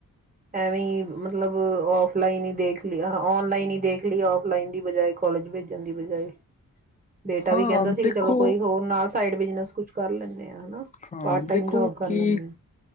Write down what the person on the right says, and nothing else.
ਐਵੀ ਮਤਲਬ ਆਫਲਾਈਨ ਹੀ ਦੇਖ ਲਈ ਆਨਲਾਈਨ ਹੀ ਦੇਖ ਲਈ ਆਫਲਾਈਨ ਦੀ ਬਜਾਏ ਕੋਲਜ ਭੇਜਣ ਦੀ ਬਜਾਏ। ਬੇਟਾ
ਵੀ ਕਹਿੰਦਾ ਸੀ
ਕਿ ਚਲੋ ਕੋਈ ਹੋਰ ਨਾਲ ਸਾਈਡ ਬਿਜਨਸ ਕੁੱਛ ਕਰ ਲੈਂਨੇ ਹਾਂ। ਹਨਾ
ਪਾਰਟ ਟਾਈਮ
ਜੋਬ ਕਰ
ਲੈਂਨੇ ਆ।